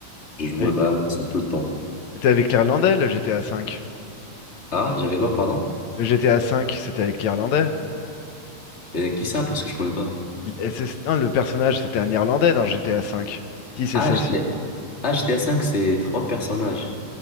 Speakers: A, on the left; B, on the left.
A: Je jouais
B: Ah, et-
A: vraiment à ça tout le temps.
B: C'était avec l'Irlandais, le GTA 5.
A: Ah, j'avais quoi, pardon?
B: Le GTA 5, c'était avec l'Irlandais.
A: Euh, qui ça? Parce que je connais pas.
B: Il- et c'est- Non, le personnage, c'était un Irlandais dans GTA 5. Si, c'est
A: Ah,
B: ça,
A: GTA,
B: si.
A: ah, GTA cinq c'est trois personnages.